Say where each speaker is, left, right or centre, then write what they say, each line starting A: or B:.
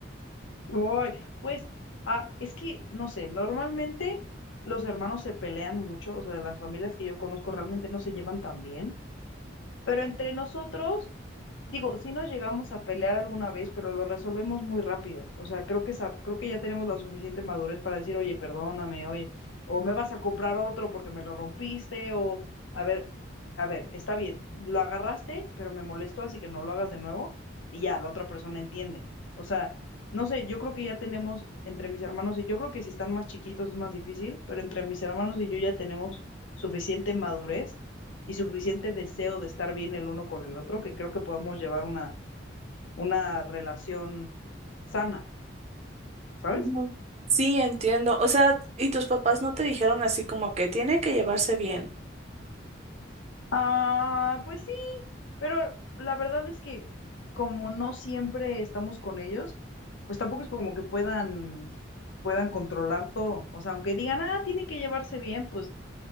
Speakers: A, on the left (about 80°); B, on the right (about 35°).
A: Uy, pues ah, es que, no sé, normalmente los hermanos se pelean mucho, o sea, de las familias que yo conozco realmente no se llevan tan bien. Pero entre nosotros, digo, sí nos llegamos a pelear alguna vez, pero lo resolvemos muy rápido. O sea, creo que sa- creo que ya tenemos la suficiente madurez para decir, oye, perdóname, oye, o me vas a comprar otro porque me lo rompiste, o a ver, a ver, está bien, lo agarraste, pero me molestó, así que no lo hagas de nuevo, y ya, la otra persona entiende. O sea, no sé, yo creo que ya tenemos entre mis hermanos y yo creo que si están más chiquitos es más difícil, pero entre mis hermanos y yo ya tenemos suficiente madurez y suficiente deseo de estar bien el uno con el otro que creo que podemos llevar una, una relación sana, ¿sabes?
B: Ujú. Sí, entiendo. O sea, ¿y tus papás no te dijeron así como que tienen que llevarse bien?
A: Ah, pues sí, pero la verdad es que como no siempre estamos con ellos, pues tampoco es como que puedan, puedan controlar todo. O sea, aunque digan, ah, tienen que llevarse bien, pues,